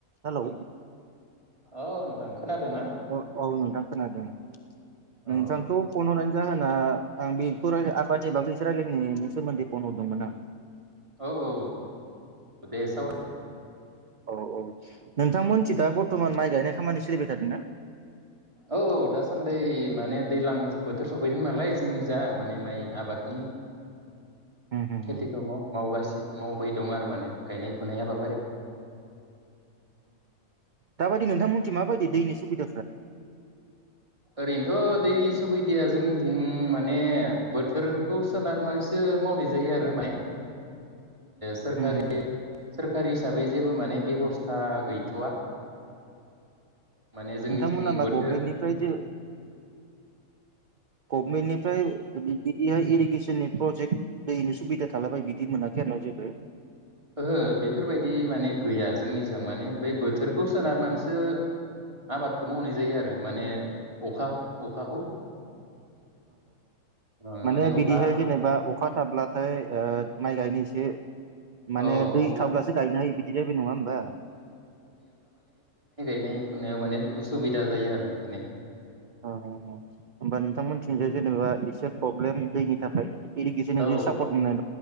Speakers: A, on the right; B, on the right.
A: Hello
B: औ नोंथां खोनादों ना
A: औ खोनादों नोंथां खोनादों
B: औ
A: नोंथांखौ फन हरनायनि जाहोना आं बेखौ आबाद ए बाैस राय्लायनायनि सोमोन्दै फन हरदोंमोन आं
B: औ औ दे सावरा
A: औ औ नोंथांमोनथि दा बर्थ'मान माइ गायनाय खामानि सोलिबाय थादोंना?
B: औ दासान्दि माने दैज्लां बोथोर सफैदों नालाय जोंनि जा माने माइ आबादनि
A: उम उम
B: खेथिखौ माव मावगासिनो मावबाय दं आरो माने गायनाय फुनाय हाबा
A: दाबायदि नोंथांमोनथि माबायदि दैनि सुबद
B: ओरैनोथ' दैनि सुबिदाया जोंनिथिं माने बोथोरखौ सोनारनानैसो मावनाय जायो आरो माइ सोरखारि
A: उम उम उम
B: सोरखारि हिसाबै जेबो माने बेबस्था गैथ'वा माने जोंनिथिं
A: नोंथांमोना मा
B: बोथोर
A: गभमेन्टनिफ्राय जे गभमेन्टनिफ्राय बिदिहाय इरिगेसननि प्रजेक्ट दैनि सुबिदा थालाबाय बिदि मोनाखै आरोा जेबो
B: ओहो बेफोरबायदि माने गैया जोंनिजों माने बे बोथोरखौ सोनारनानैसो आबादखौ मावनाय जायो आरो माने अखा अखाखौ ओ
A: माने बिदिहाय
B: अखा
A: जेनेबा अखा थाब्लाथाय माइ गायनो एसे माने
B: औ
A: दै
B: अखा
A: थाब्लासो गायनो हायो बिदि जाहैबाय नङा होमबा
B: साननाय फुनायाव माने उसुबिदा जायो आरो माने
A: अ होमबा नोंथांमोनथिंजों जेनेबा एसे प्रब्लेम दैनि थाखाय इरगेसन
B: औ
A: जदि सापर्ट मोना